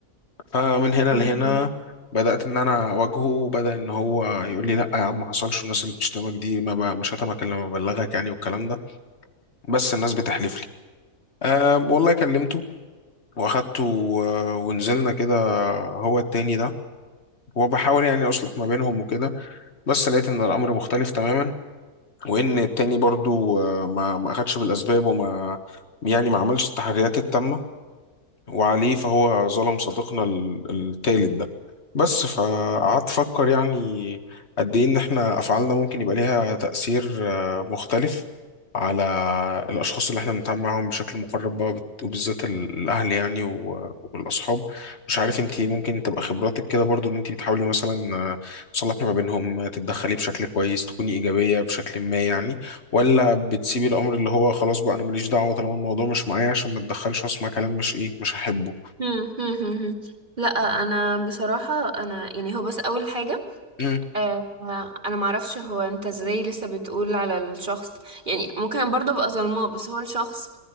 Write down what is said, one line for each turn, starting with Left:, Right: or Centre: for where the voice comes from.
Left: فمن هنا
Right: مم.
Left: لهنا بدأت إن أنا أواجهه وبدأ إن هو يقول لي لأ يا عم ما حصلش والناس اللي بتشتمك دي ما ب- مش هتمك إلا لما أبلغك يعني والكلام ده بس الناس بتحلف لي أه والله كلمته وأخدته آه، ونزلنا كده هو التاني ده وبحاول يعني أصلح ما بينهم وكده بس لقيت إن الأمر مختلف تماما وإن التاني برضو آه، ما ما أخدش بالأسباب وما يعني ما عملش التحريات التامة وعليه فهو ظلم صديقنا ال- التالت ده بس فقعدت أفكر يعني قد إيه إن إحنا أفعالنا ممكن يبقى ليها تأثير آه، مختلف على الأشخاص اللي إحنا بنتعامل معاهم بشكل مقرب بقى وبت- وبالذات ال- الأهل يعني و- والأصحاب مش عارف أنت ممكن تبقى خبراتك كده برضو إن أنت بتحاولي مثلا آه، تصلحي ما بينهم تتدخلي بشكل كويس تكوني إيجابية بشكل ما يعني ولا بتسيبي الامر اللي هو خلاص بقى انا ماليش دعوه طالما الموضوع مش معايا عشان ما اتدخلش واسمع كلام مش ايه مش هحبه
Right: مم. مم. لا انا بصراحه انا يعني هو بس اول حاجه
Left: مم.
Right: آه، آه، انا ما اعرفش هو انت ازاي لسه بتقول على الشخص يعني ممكن برضه ابقى ظلماه بس هو الشخص